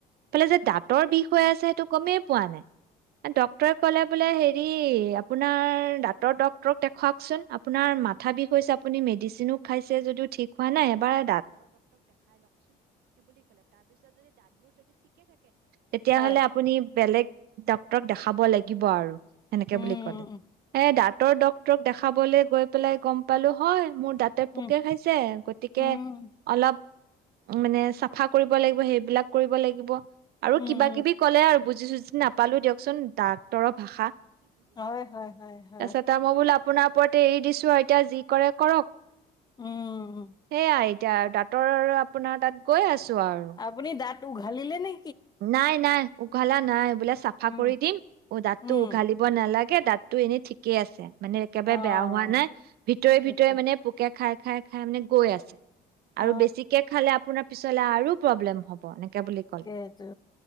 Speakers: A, on the right; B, on the left.
A: ফালে যে দাঁতৰ বিষ হৈ আছে সেইটো গমেই পোৱা নাই ডটৰে কলে বোলে হেৰি আপোনাৰ দাঁ ডৰ ডক দেখুৱোন আপোনাৰ মা বিষ আপু মেডিচিনো যদিও হ নাইবাৰৰ। তেতিয়া
B: হয়
A: হ'লে আপুনি বেলেগ। ডাক্তৰক দেখাব লাগিব আৰু। সেনেকে
B: উম
A: বুলি ক'লে এ দ। ডঃ। দেখাবলৈ গৈ। <unintelligible> পেলাই গম পালো হয় মোৰ দাঁতে পোকে
B: উম
A: খাইছে গতিকে
B: উম
A: অলপ। মানে চাফা কৰিব লাগিব সেইবিলাক কৰিব লাগিব। আৰু
B: উম
A: কিবা কিবি কলে আৰু বুজিছুজি। নাপালো দিয়কচোন ডাক্তৰৰ ভাষা।
B: হয়, হয়, হয়্
A: তাৰিছততে মই বোল আপোনাৰ পৰত। এৰি দিছো আৰু এতিয়া যি কৰে কৰক।
B: উম
A: সেয়া এইতিয়া। আপোনাৰ তাত গৈ আছো আৰু
B: আপুনি দাঁত উঘালিলে নে?
A: নাই, নাই। উঘালা নাই। বিলাক চাফা
B: উম
A: কৰি দিম অ দাঁতটো
B: উম
A: উঘালিব নালাগে। দাঁতটো এনেই ঠিকেই আছে। মানে একেবাৰে
B: অ
A: বেয়া হোৱা নাই ভিতৰে
B: সেইটোৱে
A: ভিতৰে মানে পোকে খাই। খাই খাই মানে গৈ আছে।
B: অ
A: আৰু বেছিকে খালে আপোনাৰ পিছত। চলা আৰু প্ৰব্লেম হ'ব। এনেকে বুলি ক'লে।
B: স